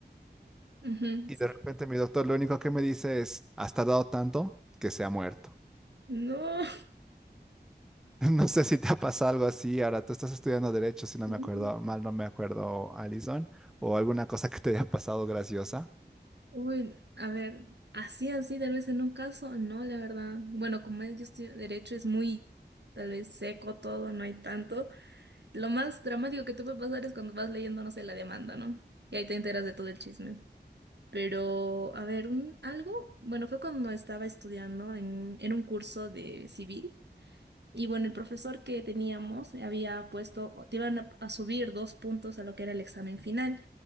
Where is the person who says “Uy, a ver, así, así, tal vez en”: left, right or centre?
Right